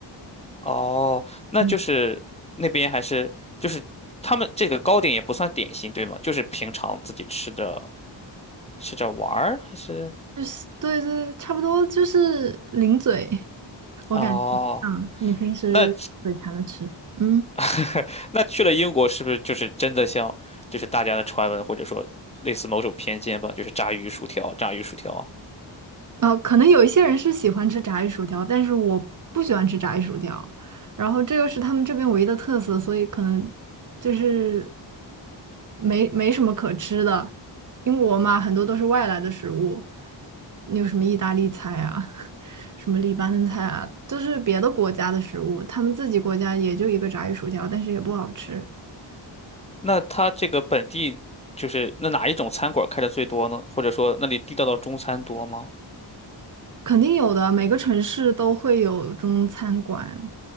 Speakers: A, on the left; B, on the right.
A: 哦，那就是那边还是就是他们这个糕点也不算点心，
B: 嗯，
A: 对吗？就是平常自己吃着吃着玩儿还是？
B: 就是对对，差不多就是零嘴。我感觉像你平时嘴馋的吃，
A: 哦，那
B: 嗯，
A: <laughs> 那去了英国，是不是就是真的像，就是大家的传闻，或者说类似某种偏见吧，就是炸鱼薯条，炸鱼薯条啊？
B: 呃，可能有一些人是喜欢吃炸鱼薯条，但是我不喜欢吃炸鱼薯条，然后这又是他们这边唯一的特色，所以可能就是没没什么可吃的。英国嘛，很多都是外来的食物，你有什么意大利菜啊，<laughs> 什么黎巴嫩菜啊，都是别的国家的食物，他们自己国家也就一个炸鱼薯条，但是也不好吃。
A: 那它这个本地就是那哪一种餐馆开的最多呢？或者说那里地道的中餐多吗？
B: 肯定有的，每个城市都会有中餐馆，